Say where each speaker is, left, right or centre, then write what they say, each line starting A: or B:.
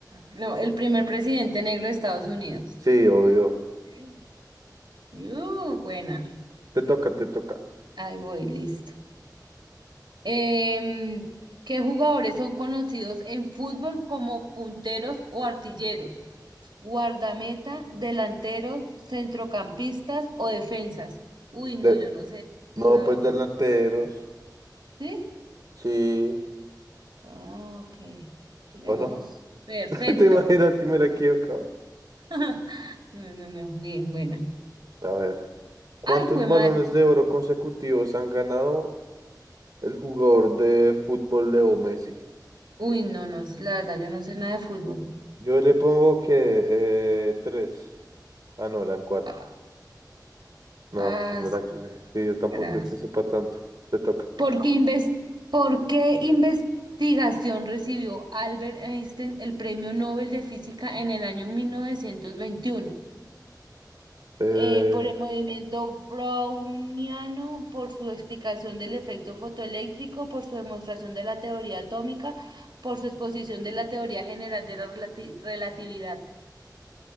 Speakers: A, on the right; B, on the right.
A: No, el primer presidente negro de Estados Unidos.
B: Sí, obvio.
A: Sí. Uh, buena.
B: Te toca, te toca.
A: Ahí voy, listo. Em, ¿qué jugadores son conocidos en fútbol como punteros o artilleros? Guardameta, delanteros, centrocampistas o defensas. Uy, no,
B: De-
A: yo no sé de
B: no,
A: fútbol, la
B: pues
A: verdad.
B: delanteros.
A: ¿Sí?
B: Sí.
A: Ah, ok. Miremos.
B: ¿O no?
A: Perfecto.
B: <laughs> ¿Te imaginas que me la he equivocado?
A: <laughs> No, no, no. Bien, buena.
B: A ver, ¿cuántos
A: Ay, fue
B: balones
A: madre.
B: de oro consecutivos han ganado el jugador de fútbol Leo Messi?
A: Uy, no, no, la verdad, yo no sé nada de fútbol.
B: Yo le pongo que eh, tres. Ah, no, eran cuatro.
A: Ah,
B: No,
A: ah,
B: pues me la
A: sí.
B: cagué. Sí, yo tampoco
A: Gracias.
B: es que sepa tanto. Te toca.
A: ¿Por qué, inves- por qué investigación recibió Albert Einstein el Premio Nobel de Física en el año 1921?
B: Eh,
A: Eh, por el movimiento browniano, por su explicación del efecto fotoeléctrico, por su demostración de la teoría atómica, por su exposición de la teoría general de la relati- relatividad.